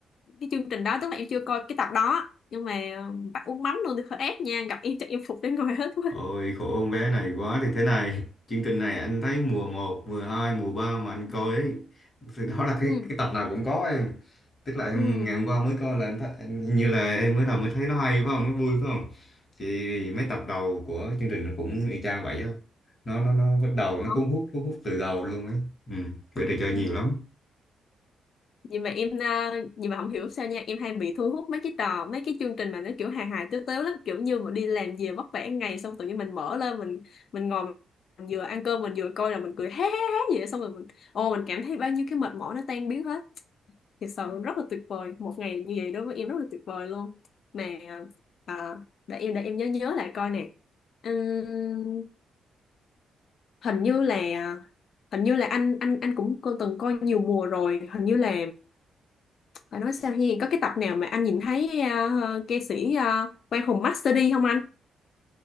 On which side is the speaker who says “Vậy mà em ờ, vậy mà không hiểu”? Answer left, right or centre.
Left